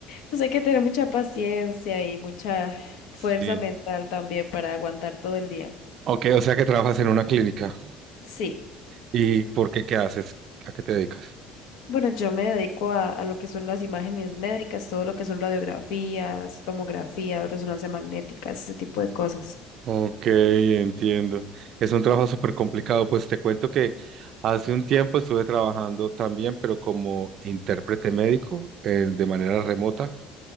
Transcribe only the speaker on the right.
Sí.
Ok, o sea que trabajas en una clínica.
¿Y por qué qué haces? ¿A qué te dedicas?
Ok, entiendo. Es un trabajo súper complicado. Pues te cuento que hace un tiempo estuve trabajando también, pero como intérprete médico, eh, de manera remota,